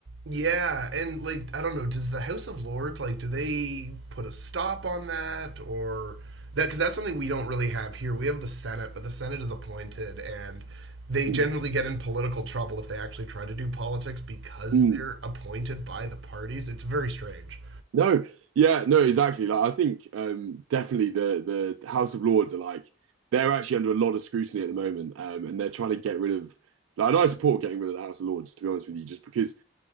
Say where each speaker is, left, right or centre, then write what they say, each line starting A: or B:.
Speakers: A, on the right; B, on the right.
A: Yeah, and like I don't know, does the House of Lords like do they put a stop on that or that because that's something we don't really have here. We have the Senate, but the Senate is appointed and they
B: Mm,
A: generally get in political trouble if they actually try to do politics because
B: mm.
A: they're appointed by the parties. It's very strange.
B: No, yeah, no, exactly. Like I think um, definitely the the House of Lords are like they're actually under a lot of scrutiny at the moment, um, and they're trying to get rid of. Like, and I support getting rid of the House of Lords, to be honest with you, just because